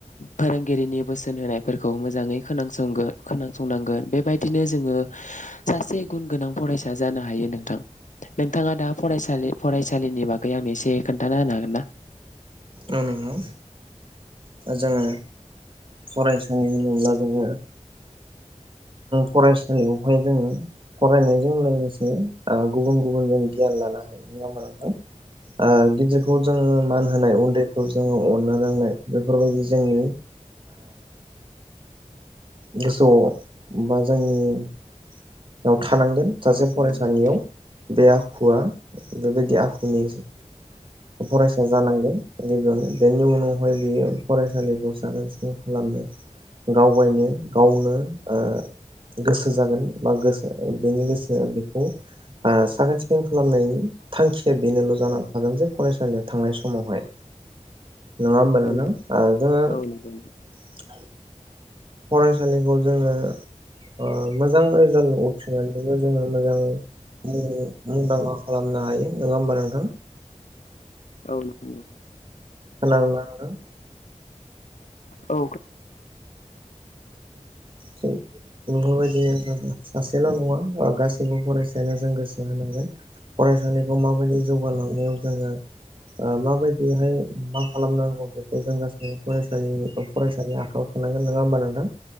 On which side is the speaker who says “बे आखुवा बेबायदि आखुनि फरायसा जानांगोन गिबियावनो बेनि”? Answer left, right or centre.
Right